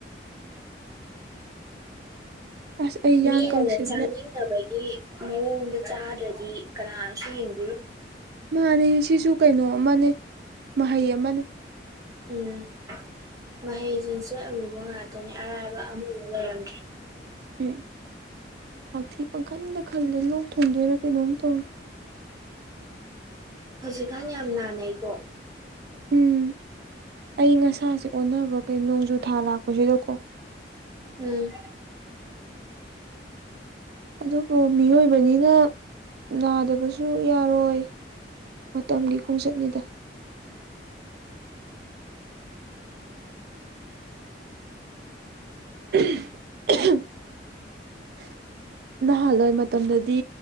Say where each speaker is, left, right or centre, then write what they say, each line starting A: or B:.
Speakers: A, on the right (about 60°); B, on the right (about 20°).
A: ꯑꯁ ꯑꯩ ꯌꯥꯡ
B: ꯃꯤꯅꯅꯦ
A: ꯀꯪꯁꯤꯜꯂꯦ
B: ꯆꯥꯅꯤꯡꯅꯕꯒꯤ ꯃꯑꯣꯡꯗ ꯆꯥꯗ꯭ꯔꯗꯤ ꯀꯅꯥꯅꯁꯨ ꯌꯦꯡꯕꯤꯔꫭꯏ
A: ꯃꯥꯅꯤ ꯁꯤꯁꯨ ꯀꯩꯅꯣ ꯑꯃꯅꯤ ꯃꯍꯩ ꯑꯃꯅꯤ
B: ꯎꯝ ꯃꯍꯩꯁꯤꯡꯁꯦ ꯑꯔꯨꯕ ꯉꯥꯛꯇꯅꯦ ꯑꯔꯥꯏꯕ ꯑꯃꯕꯨꯛ ꯂꯩꯔꯝꯗ꯭ꯔꯦ
A: ꯎꯝ ꯍꯥꯛꯊꯤ ꯄꯪꯈꯟꯗ ꯈꯜꯂꯦ ꯂꯣꯛ ꯊꯨꯡꯗꯣꯏꯔꯥ ꯀꯩꯅꯣꯝ ꯇꯧꯔꯤ
B: ꯍꯧꯖꯤꯛꯀꯥꯟ ꯌꯥꯝ ꯅꯥꯅꯩꯀꯣ
A: ꯎꯝ ꯑꯏꯪ ꯑꯁꯥꯁꯦ ꯑꯣꯟꯅꯕ ꯀꯩ ꯅꯣꯡꯖꯨ ꯊꯥ ꯂꯥꯛꯄꯁꯤꯗꯀꯣ
B: ꯎꯝ
A: ꯑꯗꯨꯕꯨ ꯃꯤꯑꯣꯏꯕꯅꯤꯅ ꯅꯥꯗꯕꯁꯨ ꯌꯥꯔꯣꯏ ꯃꯇꯝꯒꯤ ꯈꯣꯡꯆꯠꯅꯤꯗ <inaudible> ꯅꯍꯥꯟꯂꫭꯏ ꯃꯇꯝꯗꯗꯤ